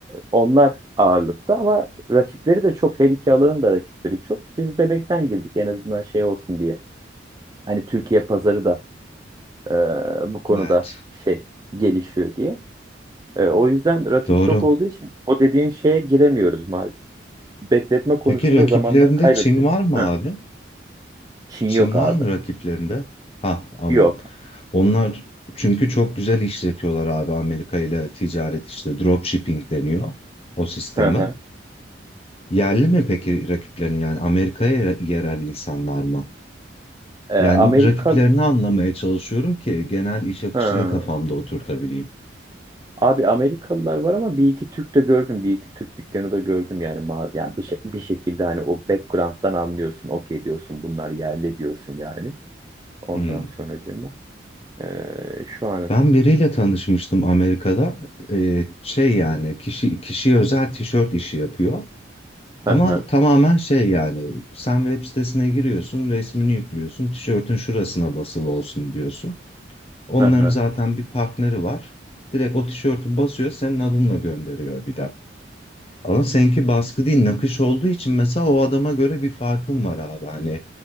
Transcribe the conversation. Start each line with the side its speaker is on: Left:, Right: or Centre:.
Right: onlar ağırlıkta ama rakipleri de çok. Her iki alanın da rakipleri çok. Biz bebekten girdik en azından şey olsun diye. Hani Türkiye pazarı da e, bu konuda
Left: Evet,
Right: şey gelişiyor diye. E, o yüzden rakip
Left: doğru.
Right: çok olduğu için o dediğin şeye giremiyoruz maalesef. Bekletme konusunda
Left: Peki rakiplerinde
Right: zamandan kaybedeceğiz.
Left: Çin var mı abi?
Right: Hı. Çin
Left: Çin
Right: yok abi.
Left: var mı rakiplerinde? Ha aman.
Right: Yok.
Left: Onlar çünkü çok güzel işletiyorlar abi Amerika ile ticaret işte dropshipping deniyor o sistemi.
Right: Hı hı.
Left: Yerli mi peki rakiplerin yani Amerika'ya yere- yerel insanlar mı?
Right: E,
Left: Yani
Right: Amerika
Left: rakiplerini anlamaya çalışıyorum ki genel iş akışını
Right: Hı.
Left: kafamda oturtabileyim.
Right: Abi Amerikalılar var ama bir iki Türk de gördüm. Bir iki Türk dükkanı da gördüm yani. ma- Yani bir, şey- bir şekilde hani o background'dan anlıyorsun. Okey diyorsun bunlar yerli diyorsun yani. Ondan
Left: Hmm.
Right: sonracığıma. Ee, şu an.
Left: Ben biriyle tanışmıştım Amerika'da. Ee, şey yani kişi kişiye özel tişört işi yapıyor. Ama
Right: Hı hı,
Left: tamamen şey yani sen web sitesine giriyorsun, resmini yüklüyorsun, tişörtün şurasına basılı olsun diyorsun. Onların
Right: hı hı,
Left: zaten bir partneri var. Direkt o tişörtü basıyor, senin adınla gönderiyor bir de. Ama seninki baskı değil nakış olduğu için mesela o adama göre bir farkın var abi. Hani